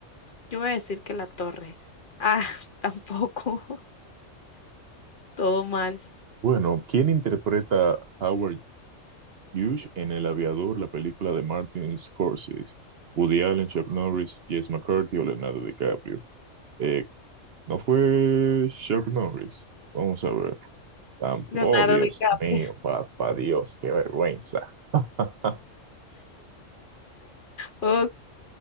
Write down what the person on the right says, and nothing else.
Bueno, ¿quién interpreta a Howard Hughes en El Aviador, la película de Martin Scorsese? Woody Allen, Chuck Norris, Jess McCarthy o Leonardo DiCaprio. Eh, ¿no fue Chuck Norris? Vamos a ver. Tamp-
Oh, Dios
mío, papá Dios, qué vergüenza. <laughs>